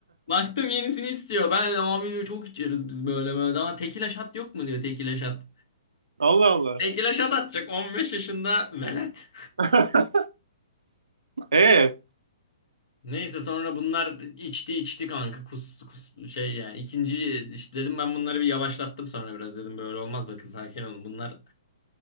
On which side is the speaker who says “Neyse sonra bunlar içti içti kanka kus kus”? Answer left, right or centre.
Left